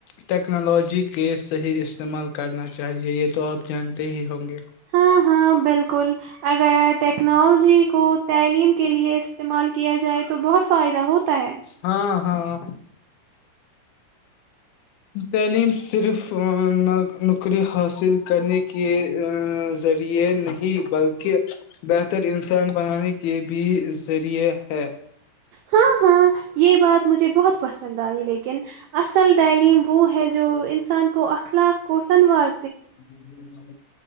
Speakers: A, on the left (about 80°); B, on the right (about 85°).
A: ٹیکنالوجی کے صحیح استعمال کرنا چاہیے یہ تو آپ جانتے ہی ہوں گے
B: ہاں ہاں بالکل اگر ٹیکنالوجی کو تعلیم کے لیے استعمال کیا جائے تو بہت فائدہ ہوتا ہے
A: ہاں ہاں تعلیم صرف نوکری حاصل کرنے کے ذریعے نہیں بلکہ بہتر انسان بنانے کے بھی ذریعے ہے
B: ہاں ہاں یہ بات مجھے بہت پسند آئی لیکن ا ال تعلیم وہ ہے ہے جو انسان کو اخلاق کوسنوار
A: ہ <inaudible>